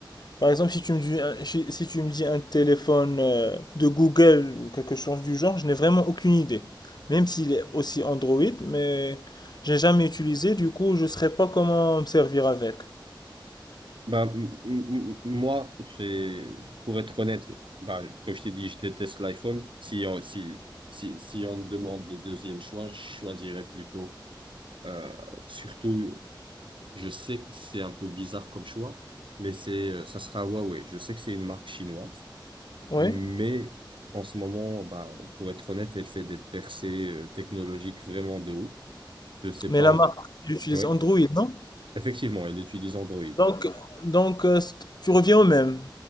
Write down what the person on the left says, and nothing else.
Par exemple, si tu me dis un, si, si tu me dis un téléphone euh, de Google ou quelque chose du genre, je n'ai vraiment aucune idée. Même s'il est aussi Android, mais j'ai jamais utilisé, du coup, je ne saurais pas comment me servir avec.
Oui,
mais
la
marque,
elle utilise
Android, non?
Donc, donc euh, c- tu reviens au même.